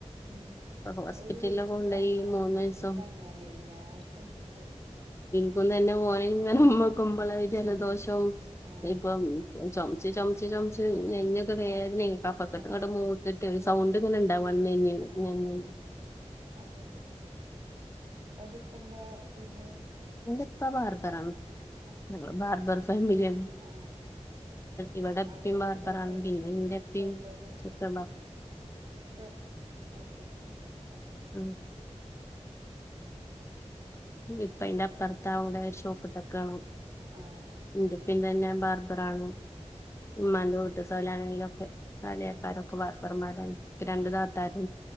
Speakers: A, on the right; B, on the left.
A: ഉം
B: ഹോസ്പിറ്റലിലൊക്കെ
A: ഒര് വീട്ടില്
B: കൊണ്ടോയി
A: വന്നാ
B: മൂന്ന്
A: വീട്ടില്
B: ദിവസം
A: വന്നാലേ എല്ലാര്ക്കും കിട്ടും ഉം
B: പ്പ തന്നെ ഓനെ ഇങ്ങന്നെ ഉമ്മക്കുമ്പളെ ജലദോഷം
A: ഉം ആഹ്
B: ഇപ്പം ചൊമ ച്ച് ചൊമച്ച് ചൊമച്ച് നെഞ്ഞൊക്കെ വേദനേനി കഫക്കെട്ട്ങ്ങട്
A: അതന്നെ
B: മൂത്ത്ട്ട്
A: മൂത്തത്
B: സൗണ്ട് ഇങ്ങനെണ്ടാവാ
A: ഉം
B: നെഞ്ഞിന്
A: ആഹ്
B: നെഞ്ഞിന്
A: അതന്നെ ഓന്റെ പ്പ എന്താ ചെയ്യ് ന്നേ.
B: ഓന്റെ പ്പാ ബാർബറ
A: ആഹ്
B: ഞങ്ങൾ ബാർബർ ഫാമിലിയാണ്.
A: ആഹ് അത് ശരി
B: ഇവിടെ ഇപ്പിം
A: അവിടെ എവിടെ
B: ബാർബറാ
A: ഷോപ്പ് എവിടെ
B: പിന്നെ എന്റെപ്പിം
A: ഷോപ്പ് എവിടെ
B: <unintelligible>
A: ഷോ എനിക്കങ്ങെന്നൂല്ല.
B: <inaudible> ഇപ്പൊ അതിൻ്റ അപുറത്ത് അവടെ ഷോപ്പ്ട്ടക്കണ്.
A: ആഹ് ആഹ്
B: എന്റെ ഇപ്പിം തന്നെ ബാർബറാണ്. ഉമ്മാന്റ വീടി തോലണകിലും ഒക്കെ. കാല്യാക്കോരൊക്കെ
A: ഉം
B: ബാർബർമരയി. ഇക് രണ്ട്
A: ആഹ്
B: താത്താരുട്